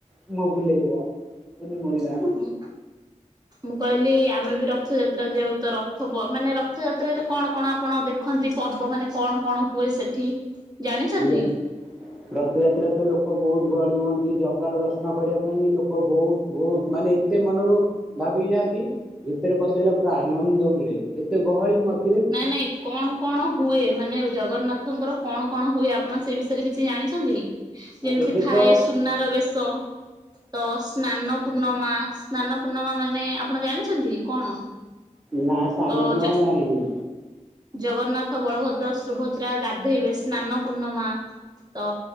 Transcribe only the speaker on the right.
ହ ମୁଁ କହିଲି ଆମେ ବି ରଥଯାତ୍ରା ଯାଉ ତ ରଥ ମାନେ ରଥଯାତ୍ରାରେ କଣ କଣ ଆପଣ ଦେଖ? ଦେଖନ୍ତି ପର୍ବ ମାନେ କଣ କଣ ହୁଏ ସେଠି? ଜାଣିଛନ୍ତି?
ନାଇଁ ନାଇଁ କଣ? କଣ ହୁଏ ମାନେ ଜଗନ୍ନାଥଙ୍କର କଣ କଣ ହୁଏ ଆପଣ ସେ ବିଷୟରେ କିଛି ଜାଣିଛନ୍ତି? ଯେମିତି
ଥାଏ
ସୁନାର ବେଶ ତ ସ୍ନାନ ପୂର୍ଣ୍ଣମା ସ୍ନାନ ପୂର୍ଣ୍ଣମା ମାନେ ଆପଣ ଜାଣିଛନ୍ତି କଣ?
ତ
ଜ
ଜଗନ୍ନାଥ ବଳଭଦ୍ର ସୁଭଦ୍ରା ଗାଧେଇବେ ସ୍ନାନ ପୂର୍ଣ୍ମା ତ